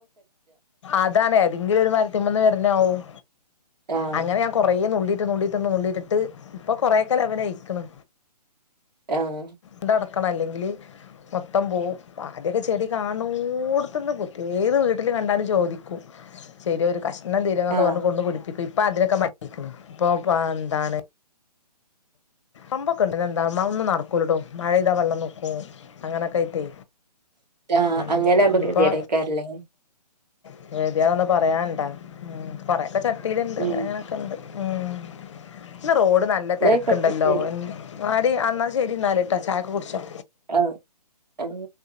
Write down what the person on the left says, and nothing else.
അതാണ് ഏതെങ്കിലും ഒരു മരത്തിമ്മന്ന് വരുന്ന ആവും.
അങ്ങനെ ഞാൻ കുറെ നുള്ളിയിട്ട് നുള്ളീട്ട് നുള്ളിട്ടിട്ട് ഇപ്പൊ കൊറെ ഒക്കെ ലെവലായിരിക്ക്ണ്.
ണ്ട നടക്കണം അല്ലെങ്കില് മൊത്തം പോവും ആദ്യൊക്കെ ചെടി കാണുന്നിടത്ത് നിന്ന് പൊത്തും ഏത് വീട്ടില് കണ്ടാലും ചോദിക്കും. ചെറിയ ഒരു കഷ്ണം തരോ എന്നൊക്കെ
പറഞ്ഞു കൊണ്ടു കൊടുപ്പിക്കും ഇപ്പൊ അതിനൊക്കെ മടിആയിരിക്ക്ന്ണ്. ഇപ്പൊ എന്താണ്. ആമ്പ്ക്കെ ഉണ്ട് എന്താമ്മ ഒന്നും നടക്കൂല ടോ മഴ പെയ്താൽ വെള്ളം നിക്കും. അങ്ങനെ ഒക്കെ ആയിട്ടെ
ഉം
ഇപ്പൊ <unintelligible> ണന്ന് പറയാനണ്ടാ ഉം കുറെയെക്കെ ചട്ടിയിലുണ്ട്
ഇങ്ങനെ. ഉം ഇന്ന് റോഡ് ന
ണ്ടല്ലോ
ആടി എന്നാൽ ശരി എന്നാല് ഇട്ടാ ചായക്ക് കുടിച്ചോ